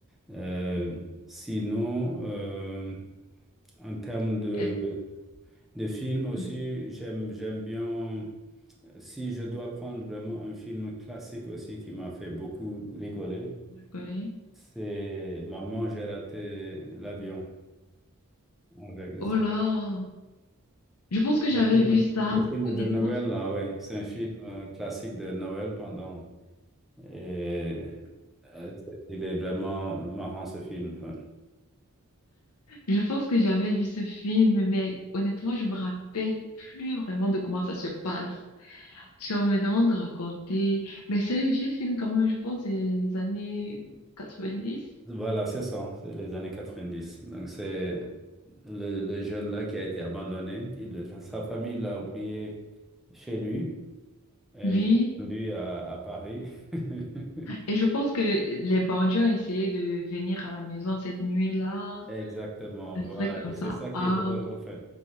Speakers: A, in the centre; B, on the left.
A: Euh,
B: Mhm.
A: sinon, euh, en termes de,
B: Est-ce-
A: de films aussi,
B: Je
A: j'aime, j'aime bien, si je dois prendre vraiment un film classique aussi qui m'a fait beaucoup rigoler,
B: le connais.
A: c'est Maman, j'ai raté l'avion avec
B: Oh là! Je pense que j'avais
A: Le film,
B: vu ça,
A: le
B: mais
A: film
B: honnêtement,
A: de Noël,
B: je
A: là, ouais, c'est un film euh, classique de Noël pendant. Et euh, c'est- il est vraiment marrant ce film. ouais.
B: je pense que j'avais vu ce film, mais honnêtement, je me rappelle plus vraiment de comment ça se passe. Si on me demande de raconter, mais c'est un vieux film quand même, je pense, c'est les années 90.
A: Voilà, c'est ça, c'est les années quatre-vingt-dix Donc c'est le, le jeune là qui a été abandonné. Il- sa famille l'a oublié chez lui et
B: Oui.
A: il est rendu à, à Paris. <laughs>
B: Et je pense que les bandits ont essayé de venir à la maison cette nuit-là,
A: Exactement,
B: un
A: voilà.
B: truc comme
A: Et c'est
B: ça.
A: ça qui
B: Ah,
A: est drôle, en fait.